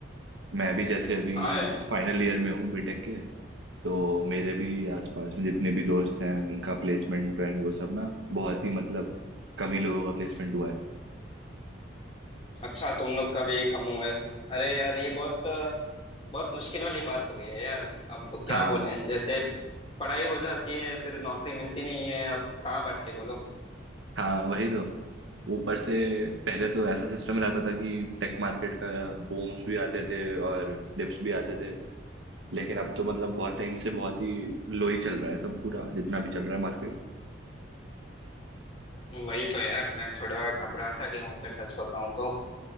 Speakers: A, on the right (about 75°); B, on the left (about 30°).
A: मैं भी जैसे अभी
B: हाँ यार,
A: फाइनल ईयर में हूँ बीटेक के तो मेरे भी आसपास में जितने भी दोस्त हैं उनका प्लेसमेंट एंड वो सब ना बहुत ही मतलब कम ही लोगों का प्लेसमेंट हुआ है
B: अच्छा तुम लोग का भी कम हुआ है अरे यार ये बहुत अ, बहुत मुश्किल वाली बात हो गई है यार अब क्या
A: हाँ
B: बोलें जैसे पढ़ाई हो जाती है फिर नौकरी मिलती नहीं है अब कहाँ बट के बोलो
A: हाँ वही तो ऊपर से पहले तो ऐसा सिस्टम रहता था कि टेक मार्केट का बूम्स भी आते थे और डिप्स भी आते थे लेकिन अब तो मतलब बहुत टाइम से बहुत ही लो ही चल रहा है सब पूरा जितना भी चल रहा है मार्केट
B: वही तो यार मैं थोड़ा घबरा सा गया हूँ अगर सच बताऊँ तो